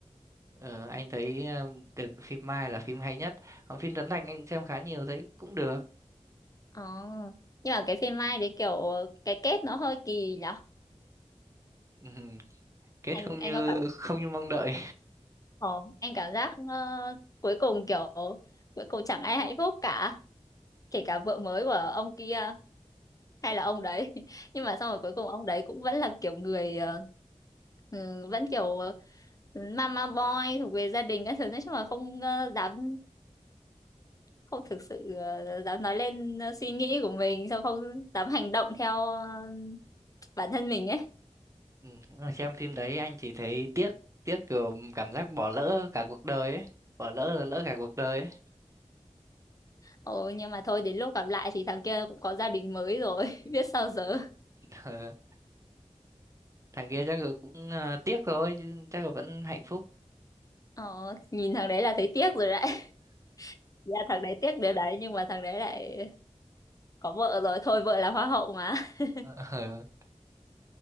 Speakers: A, on the right; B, on the left.
A: Ờ, anh thấy um, được phim Mai là phim hay nhất. Còn phim Trấn Thành anh cũng xem khá nhiều thấy cũng được.
B: Ờ. Nhưng mà cái phim Mai đấy kiểu cái kết nó hơi kỳ nhở.
A: Ừm, Kết
B: Anh
A: không
B: anh
A: như
B: có cảm
A: không như mong đợi.
B: ờ, anh cảm giác ờ, cuối cùng kiểu cuối cùng chẳng ai hạnh phúc cả, kể cả vợ mới của ông kia hay là ông đấy. <laughs> Nhưng mà xong rồi cuối cùng ông đấy cũng vẫn là kiểu người ờ, ừ, vẫn kiểu ờ, mama boy thuộc về gia đình các thứ nói chung là không ờ, dám không thực sự ờ, dám nói lên ờ, suy nghĩ của mình sao không dám hành động theo ờ, bản thân mình ấy
A: Ừ, nhưng mà xem phim đấy anh chỉ thấy tiếc tiếc kiểu cảm giác bỏ lỡ cả cuộc đời ấy. Bỏ lỡ là lỡ cả cuộc đời ấy.
B: Ồ, nhưng mà thôi đến lúc gặp lại thì thằng kia cũng có gia đình mới rồi <laughs> biết sao giờ
A: <laughs> Ờ, thằng kia chắc là cũng à, tiếc thôi chứ chắc là vẫn hạnh phúc.
B: Ồ, nhìn thằng đấy là thấy tiếc rồi đấy <laughs> Dạ thằng đấy tiếc điều đấy nhưng mà thằng đấy lại có vợ rồi thôi vợ là hoa hậu mà <laughs>
A: Ờ. ờ.